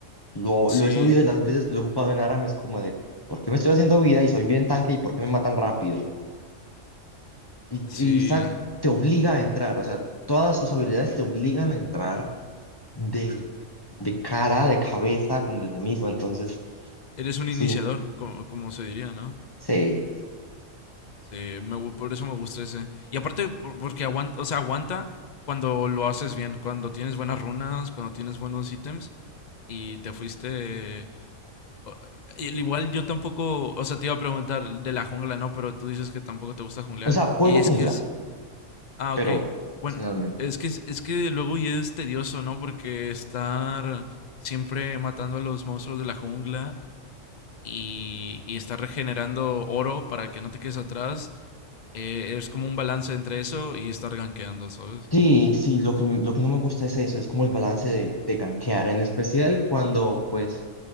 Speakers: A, on the left; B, on the left.
A: Lo,
B: sí,
A: lo he sabido de las veces que lo he jugado en Aram, es como de, ¿por qué me estoy haciendo vida y soy bien tanque y por qué me matan rápido? Y,
B: sí.
A: y Zac te obliga a entrar, o sea, todas sus habilidades te obligan a entrar de, de cara, de cabeza con el enemigo, entonces,
B: Eres un
A: sí,
B: iniciador, como, como se diría, ¿no?
A: sí.
B: Sí, me gu- por eso me gusta ese. Y aparte, por- porque aguanta, o sea, aguanta cuando lo haces bien, cuando tienes buenas runas, cuando tienes buenos ítems y te fuiste... o- y al igual yo tampoco, o sea, te iba a preguntar de la jungla, ¿no? Pero tú dices que tampoco te gusta junglear
A: O sea, juego
B: y es
A: jungla,
B: que es... Ah,
A: pero
B: ok.
A: ocasionalmente.
B: Bueno, es que, es es que luego ya es tedioso, ¿no? Porque estar siempre matando a los monstruos de la jungla y, y estar regenerando oro para que no te quedes atrás. eh, es como un balance entre eso y estar gankeando, ¿sabes?
A: Sí, sí, lo que, lo que no me gusta es eso, es como el balance de, de gankear, en especial cuando pues